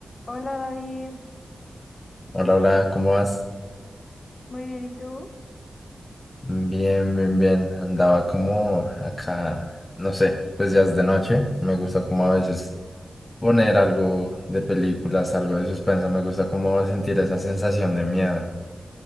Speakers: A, on the left; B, on the left.
A: Hola David,
B: Hola, hola, ¿cómo vas?
A: muy bien, ¿y tú?
B: Bien, bien, bien. Andaba como acá, no sé, pues ya es de noche. Me gusta como a veces poner algo de películas, algo de suspenso. Me gusta como sentir esa sensación de miedo.